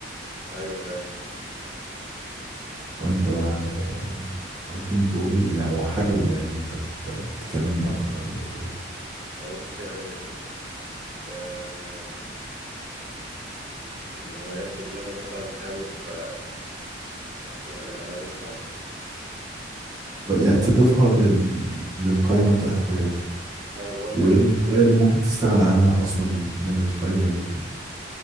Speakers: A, on the right; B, on the right.
A: ايوه فاهم
B: وانت بقى يعني ممكن تقول لي يعني وحابب يعني انت تك- تكلمني اكتر عن النقطة دي
A: هو بص يعني آه ال- الهوايات اللي انا مثلا حابب آه، يعني امارسها
B: يعني تضيفها لل... للقائمة بتاعت هواياتك
A: ما انا بقول
B: وايه
A: لك
B: الهواية
A: يعني
B: اللي ممكن تستغنى عنها اصلا من القائمة دي